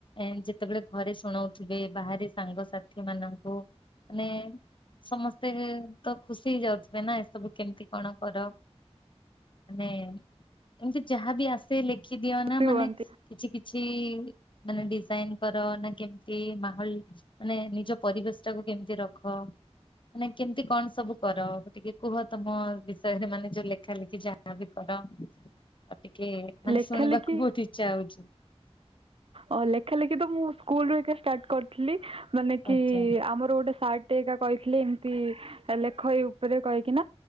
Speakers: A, on the left; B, on the right.
A: ଏ ଯେତେବେଳେ ଘରେ ଶୁଣାଉଥିବେ। ବାହାରେ ସାଙ୍ଗସାଥି ମାନଙ୍କୁ। ମାନେ ସମସ୍ତେ ତ ଖୁସି ହେଇଯାଉଥିବେ ନା। ଏସବୁ କେମିତି କଣ କର? ମାନେ ଏମିତି ଯାହାବି ଆସେ ଲେଖିଦିଅ
B: ଖୁସି
A: ନା ମାନେ
B: ହୁଅନ୍ତି
A: କିଛି କିଛି ମାନେ ଡିଜାଇନ କର ନା କେମିତି ମାହଲ ମାନେ ନିଜ ପରିବେଶ ଟାକୁ କେମିତି ରଖ। ମାନେ କେମିତି କଣ ସବୁ କର। ଟିକେ କୁହ ତମ ବିଷୟରେ ମାନେ ଯୋଉ ଲେଖା ଲେଖି ଯା ଯହା ବି କର ଆଉ ଟିକେ ମାନେ
B: ଲେଖା
A: ଶୁଣିବାକୁ
B: ଲେଖି
A: ବହୁତ ଇଚ୍ଛା ହଉଛି।
B: ଅ ଲେଖା ଲେଖି ତ ମୁଁ ସ୍କୁଲ ରୁ ଏକା ଷ୍ଟାର୍ଟ କରିଥିଲି। ମାନେ କି
A: ଆଜ୍ଞା
B: ଆମର ଗୋଟେ ସାର୍ଟ ଗୋଟେ ଏକା କହିଥିଲେି ଏମିତି ଲେଖ ଏଇ ଉପରେ କହିକିନା।